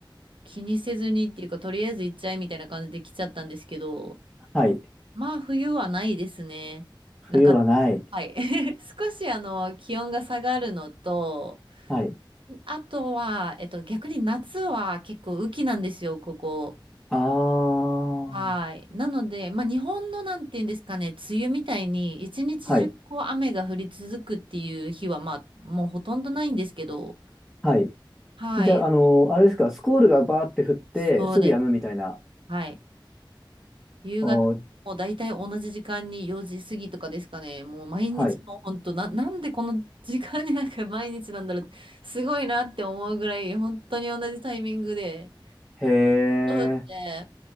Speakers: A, on the right (about 80°); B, in the centre.
A: 気にせずにっていうか、とりあえず行っちゃえみたいな感じで来ちゃったんですけど、
B: はい。
A: まあ冬はないですね。なかっ
B: 冬はない。
A: た。はい。<laughs> 少しあの気温が下がるのと、
B: はい。
A: あとは、えっと、逆に夏は結構雨季なんですよ、ここ。
B: ああ、
A: はい。なので、まあ、日本のなんていうんですかね、梅雨みたいに一日中こう雨が降り続くっていう日は、
B: はい、
A: まあ、もうほとんどないんですけど、
B: はい。
A: はい。
B: じゃあ、あの、あれですか、スコールがバーって降って、
A: そうです。
B: すぐ止むみたいな。
A: はい。夕方、
B: おー、
A: もう大体同じ時間に4時過ぎとかですかね、もう毎日もう本当な、
B: はい。
A: なんでこの時間になんか <laughs> 毎日なんだろう、すごいなって思うぐらい、本当に同じタイミングで、
B: へえ、
A: そうですね